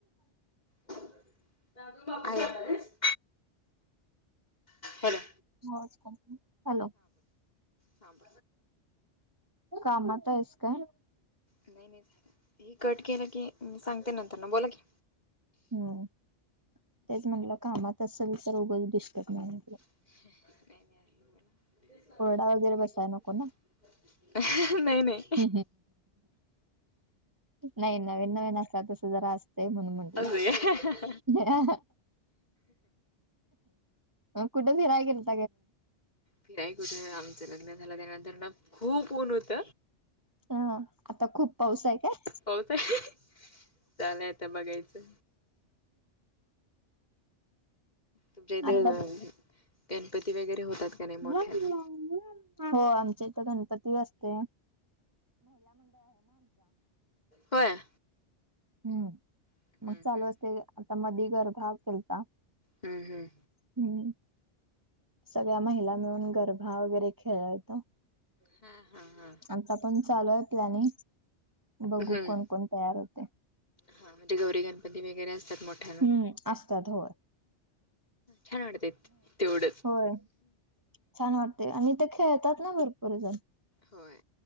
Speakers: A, on the left; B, on the right.
A: तरण बघ काही का र <unintelligible> हॅलो!
B: Watch company hello!
A: सांग
B: कामात आहेस काय
A: नाही नाही हे कट केलं की सांगते नंतर ना बोला की
B: हम्म तेच म्हटलं कामात असेल तर उगंच डिस्टर्ब नाही म्ह
A: नाही नाही आ
B: ओरडा वगैरे
A: बोला
B: बसाय नको
A: नाही नाही
B: ह नाही नवीन नवीन असं तस जरा असते म्हणून मग
A: अरे फिराय
B: हा हा कुठ फिरायला गेलतो?
A: फिराई कुठे आमचं लग्न झालं त्यानंतर ना खूप ऊन होत
B: हा आता खूप पाऊस आहे काय?
A: पाऊस आहे चालले आता बघायचं तुमच्या इथ
B: आता
A: गणपती वगैरे होतात का नाही मोठ्याना
B: हो आमच्या इथ गणपती असते
A: होय
B: हम्म
A: हम्म
B: मग
A: हम्म
B: चालू असते आता मधी गर्भा केलता
A: हम्म हम्म
B: नाही सगळ्या महिला मिळून गरभा वगैरे खेळ यतो
A: हा हा हा
B: आता पण चालूय आपल्यानी बघू
A: हम्म
B: कोण कोण तयार होत
A: हा म्हणजे गौरी गणपती वगैरे असतात मोठ्याना
B: हम्म असतात हो.
A: छान वाटतय तेवढंच
B: होय छान वाटते आणि ते खेळतात ना भरपूर जण.
A: होय